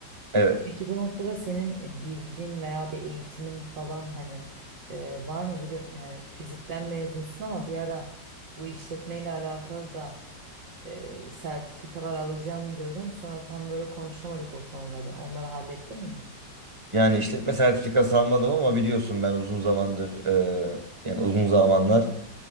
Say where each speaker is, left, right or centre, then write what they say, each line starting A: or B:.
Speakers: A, on the right; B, on the right.
A: Evet.
B: Peki bu noktada senin e, bilgin veya bir eğitimin falan hani e, var mı biliyor yani fizikten mezunsun ama bir ara bu işletmeyle alakalı da e, sertifikalar alacağım diyordun. Sonra tam böyle konuşamadık o konuları. Onları hallettin mi?
A: Yani işletme sertifikası almadım ama biliyorsun ben uzun zamandır e, yani uzun zamanlar